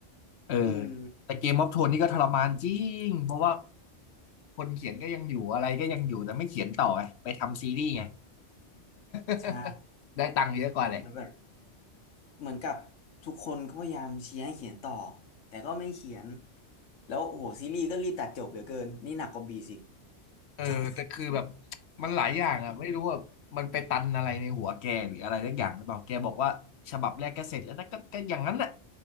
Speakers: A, on the left (about 65°); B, on the left (about 85°).
A: เออ
B: อืม
A: แต่เกมออฟโทนนี่ก็ทรมานจริง เพราะว่าคนเขียนก็ยังอยู่อะไรก็ยังอยู่ แต่ไม่เขียนต่อไงไปทำซีรีส์ไง <laughs>
B: ใช่
A: ได้ตังค์เยอะกว่าแหละ
B: แล้วแบบเหมือนกับทุกคนก็พยายามเชียร์ให้เขียนต่อแต่ก็ไม่เขียนแล้วโอ้โหซีรีส์ก็รีบตัดจบเหลือเกินนี่หนักกว่าบีสิ
A: เออแต่คือแบบ
B: จบ
A: มันหลายอย่างอ่ะไม่รู้ว่ามันไปตันอะไรในหัวแกหรืออะไรสักอย่างหรือเปล่าแกบอกว่าฉบับแรกก็เสร็จแล้วนะก็ก็อย่างนั้นน่ะ